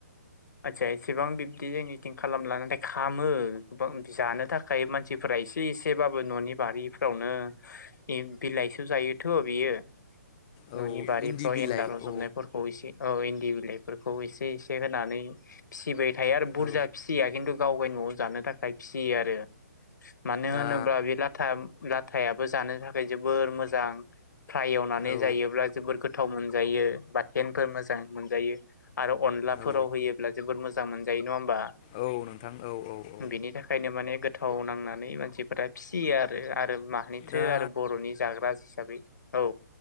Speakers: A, on the left (about 80°); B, on the left (about 25°).
A: आस्सा एसेबां बिब्दि जोंनिथिं खालामला नाथाय खामो गोबां जानो थाखाय मानसिफोरा एसे एसेबाबो न'नि बारिफ्रावनो ओ बिलाइसो जायोथ' बियो?
B: औ
A: न'नि बारिफ्राव
B: इन्दि बिलाइ
A: एन्न्दार रजबनायफोरखौ
B: औ
A: एसे औ इन्दि बिलाइफोरखौ एसे एसे होनानै फिसिबाय थायो आरो बुरजा
B: औ
A: फिसिया खिन्थु गावगाय न'आव जानो थाखाय फिसियो आरो। मानो
B: दा
A: होनोबा बे लाथा लाथायाबो जानो थाखाय जोबोर मोजां। फ्राय एवनानै
B: औ
A: जायो। जोबोर गोथाव मोनजायो बाथेनफोर मोजां मोनजायो। आरो अनलाफोराव
B: औ
A: होयोब्ला जोबोर मोज मोजां मोनजायो। नङा होमबा
B: औ नोंथां औ औ औ
A: बिनि थाखायनो माने गो गोथाव नांनानै मानसिफोरा फिसियो आरो आरो माहैथो
B: दा
A: आरो बर'नि जाग्रा, हिसाबै औ